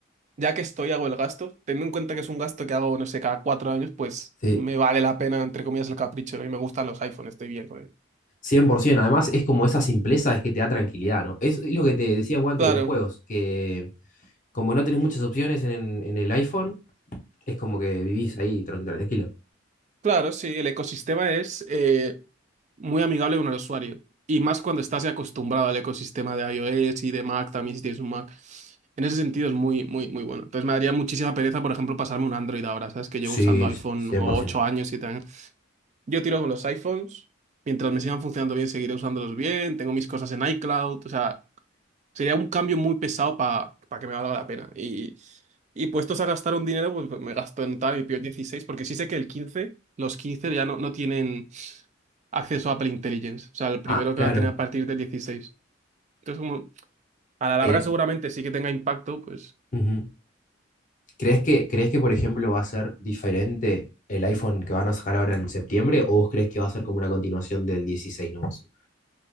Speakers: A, on the right; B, on the left.
A: ya que estoy, hago el gasto, teniendo en cuenta que es un gasto que hago, no sé, cada cuatro años, pues
B: Sí,
A: me vale la pena, entre comillas, el capricho, ¿no? Y me gustan los iPhones, estoy bien con él.
B: 100%. Además, es como esa simpleza es que te da tranquilidad, ¿no? Es, es lo que te decía Guante
A: Claro,
B: de los juegos, que como no tenés muchas opciones en, en el iPhone, es como que vivís ahí tran- tranquilo.
A: Claro, sí, el ecosistema es eh, muy amigable con el usuario y más cuando estás acostumbrado al ecosistema de iOS y de Mac, también si tienes un Mac. En ese sentido es muy, muy, muy bueno. Entonces me daría muchísima pereza, por ejemplo, pasarme un Android ahora, ¿sabes? Que
B: Sí,
A: llevo usando iPhone
B: 100%.
A: 8 años, 7 años. Yo tiro con los iPhones, mientras me sigan funcionando bien, seguiré usándolos bien, tengo mis cosas en iCloud, o sea, Sería un cambio muy pesado para que me valga la pena. Y, y puestos a gastar un dinero, pues me gasto en tal y pido el 16, porque sí sé que el 15 los 15 ya no, no tienen acceso a Apple Intelligence. O sea, el primero
B: Ah,
A: que
B: claro.
A: va a tener a partir del dieciséis Entonces, como a la larga
B: Quere-
A: seguramente sí que tenga impacto, pues
B: Ujú. ¿Crees que, crees que, por ejemplo, va a ser diferente el iPhone que van a sacar ahora en septiembre o vos crees que va a ser como una continuación del dieciséis nomás?